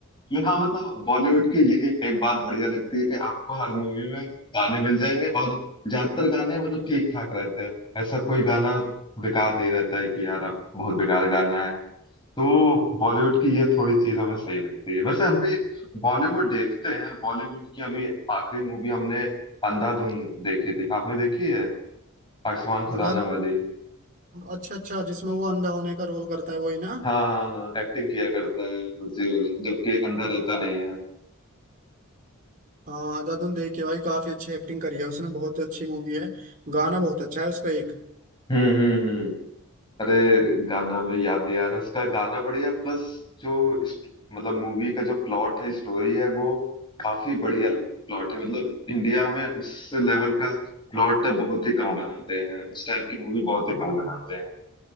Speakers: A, on the left (about 20°); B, on the right (about 40°).
A: हाँ मतलब बॉलीवुड की यही एक बात बढ़िया लगती है कि आपको हर मूवी में गाने मिल जाएंगे और ज्यादातर गाने मतलब ठीक ठाक रहते हैं ऐसा कोई गाना बेकार नहीं रहता है कि यार अब बहुत बेकार गाना है तो बॉलीवुड की ये थोड़ी चीज हमें सही लगती है वैसे हम भी बॉलीवुड देखते हैं बॉलीवुड की अभी आखिरी मूवी हमने अंधाधुन देखी थी आपने देखी है आयुष्मान खुराना
B: अंधाधुन
A: वाली
B: अच्छा अच्छा जिसमें वो अंधा होने का रोल करता है वही ना
A: हाँ हाँ हाँ एक्टिंग किया करता है कुर्सी वाला जबकि अंधा रहता नहीं है
B: हाँ अंधाधुन देख के भाई काफी अच्छी एक्टिंग करी है उसने बहुत अच्छी मूवी है गाना बहुत अच्छा है उसका एक
A: हम्म हम्म हम्म अरे गाना में याद नहीं आ रहा उसका गाना बढ़िया प्लस जो इस- मतलब मूवी का जो प्लॉट है स्टोरी है वो काफी बढ़िया प्लॉट है मतलब इंडिया में उस लेवल का प्लॉट बहुत ही कम बनाते हैं उस टाइप की मूवी बहुत ही
B: हाँ
A: कम बनाते हैं